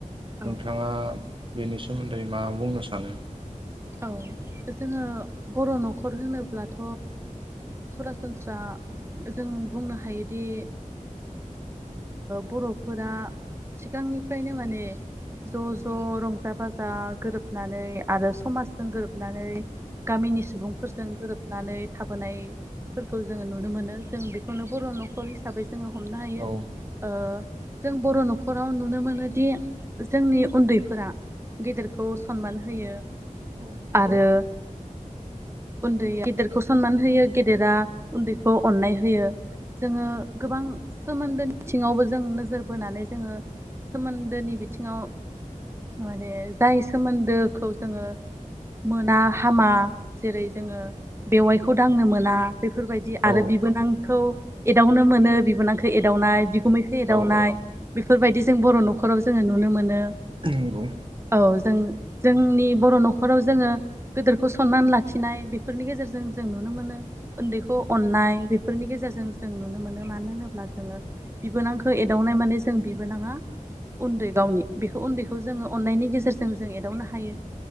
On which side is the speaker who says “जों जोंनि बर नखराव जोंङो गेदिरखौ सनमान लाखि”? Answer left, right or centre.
Right